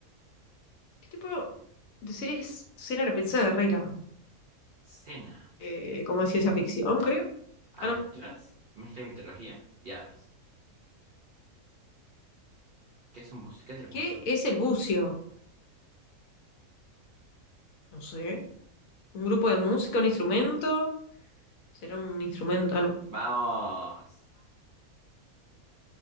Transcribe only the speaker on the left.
¿Qué tipo de serie es Cena la Princesa Guerrera?
Eh, como de ciencia ficción, creo.
Ah, no.
¿Qué es el bucio? No sé. ¿Un grupo de música? ¿Un instrumento? ¿Será un instrumento? Ah, no.